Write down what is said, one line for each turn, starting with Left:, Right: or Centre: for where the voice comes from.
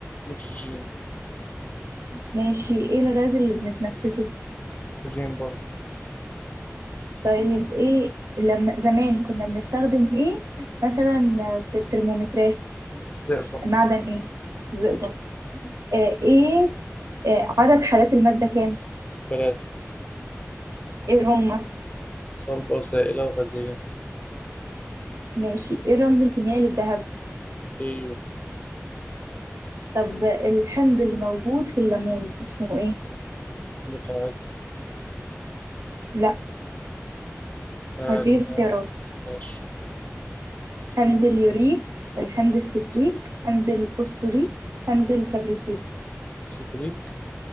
Left: الاكسجين
Right: ماشي ايه الغاز اللي بنتنفسه
Left: اكسجين برضه
Right: طيب ايه لما زمان كنا بنستخدم ايه مثلا في الترمومترات
Left: الزئبق
Right: معدن ايه زئبق آه ايه آه عدد حالات المادة كام
Left: ثلاثة
Right: ايه هما
Left: صلبة وسائلة وغازية
Right: ماشي ايه الرمز الكيميائي للذهب
Left: ايوه
Right: طب الحمض اللي موجود في الليمون اسمه ايه
Left: عندي قاعدة
Right: لا
Left: آه،
Right: هدي
Left: اللي هو
Right: اختيارات
Left: ماشي
Right: حمض اليوريك الحمض الستريك حمض الفوسفوريك حمض الكبريتيك
Left: سيتريك